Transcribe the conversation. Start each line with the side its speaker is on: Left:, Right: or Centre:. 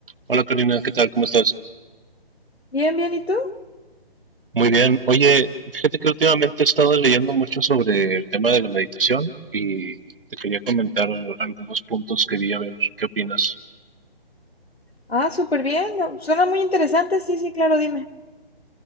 Right: Hola Karina, ¿qué tal? ¿Cómo estás?
Left: Bien, bien, ¿y tú?
Right: Muy bien. Oye, fíjate que últimamente he estado leyendo mucho sobre el tema de la meditación y te quería comentar algunos puntos que vi a ver qué opinas.
Left: Ah, súper bien. no, Suena muy interesante, sí, sí, claro, dime.